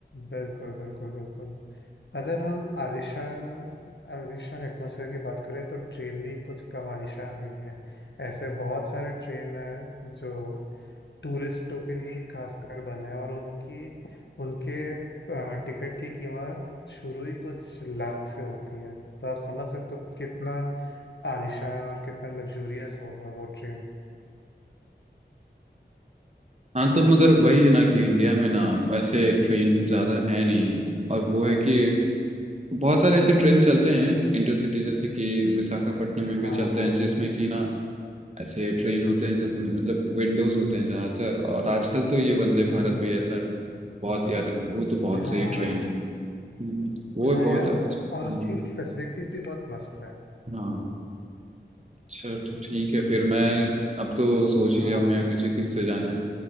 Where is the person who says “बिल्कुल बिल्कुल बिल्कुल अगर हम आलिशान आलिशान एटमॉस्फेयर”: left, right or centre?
Left